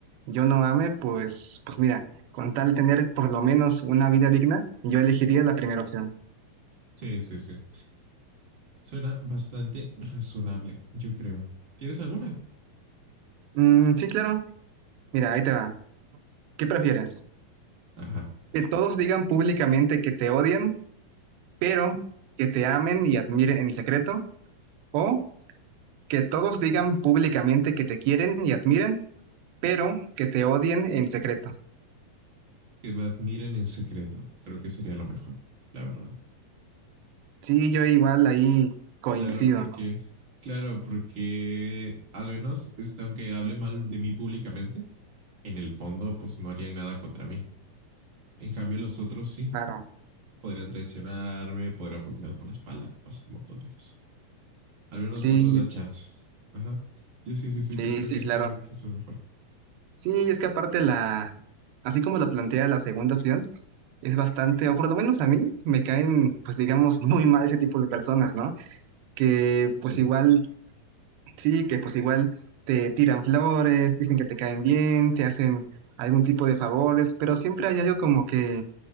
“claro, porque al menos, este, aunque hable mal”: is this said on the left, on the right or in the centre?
Right